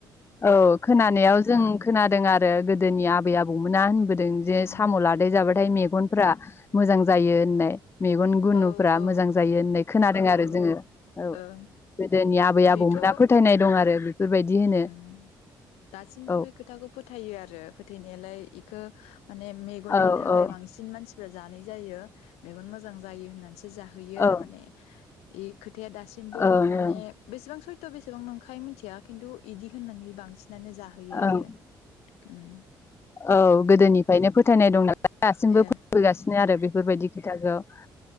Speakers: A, on the left; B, on the left.
A: औ खोनानायाव जों। खोनादों आरो गोदोनि आबै आबौमोना होनबो जों जे
B: ओं
A: साम' लादाय जाबा फ्राय मेगनफ्रा मोजां जायो होननाय। मेगन गुनुफ्रा
B: औ औ
A: मोजां जायो होननाय खोनादों आरो
B: औ
A: जोङो औ
B: ओं
A: गोदोनि आबै
B: बेथ'
A: आबौमोन दा फोथायनाय दं आरो। बेफोरबायदि होनो
B: उम दासिमबो
A: औ
B: बे खोथाखौ फोथायो आरो फोथायनायालाय इखो। माने मेगननि
A: औ
B: थाखाय
A: औ
B: बांसिन मानसि। जानाय जायो मेगन मोजां जायो होन जाहोयो
A: औ
B: आरो
A: ओं
B: माने। ए खोथ थाया दासिमबो
A: ओं
B: माने बेसेबां सय थ बेसेबां नंखाय मिनथिया खिन्थु इदि होननानै बांसिन नानो जाहोयो
A: ओं
B: आरो उम
A: औ गोदोनि ओंखायनो फोथायनाय दं नालाय दासिमबो
B: ओ
A: फोथायबोगासिनो आरो बेफोरबायदि- मिथागोआव-